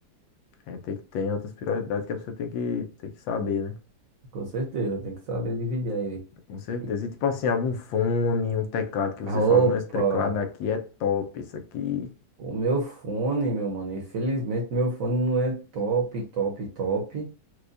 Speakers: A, on the left; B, on the right.
A: É, tem que ter outras prioridades que a pessoa tem que, tem que saber, né?
B: Com certeza, tem que saber dividir aí.
A: Com certeza.
B: E-
A: E tipo assim, algum fone, um teclado que você
B: Ah, Opa,
A: fala, não, esse teclado aqui é top, isso aqui.
B: o meu fone, meu mano. Infelizmente, meu fone não é top, top, top.